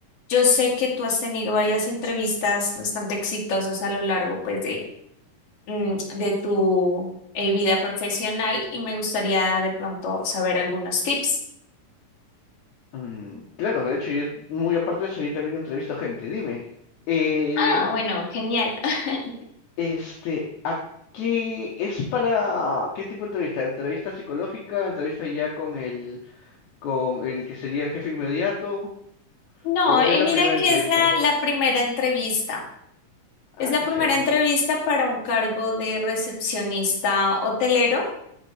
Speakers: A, on the left; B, on the left.
A: Yo sé que tú has tenido varias entrevistas bastante exitosas a lo largo, pues, de, mm, de tu eh, vida profesional y me gustaría de pronto saber algunos tips.
B: Mm, claro, de hecho, yo, muy aparte de eso, yo también entrevisto a gente. Dime, eh,
A: Ah, bueno, genial. <laughs>
B: este, ¿a qué es para qué tipo de entrevista? ¿Entrevista psicológica? ¿Entrevista ya con el, con el que sería el jefe inmediato?
A: No,
B: ¿O
A: eh,
B: es la
A: mira
B: primera
A: que
B: entrevista?
A: es la, la primera entrevista.
B: Ah,
A: Es la
B: qué
A: primera
B: chévere.
A: entrevista para un cargo de recepcionista hotelero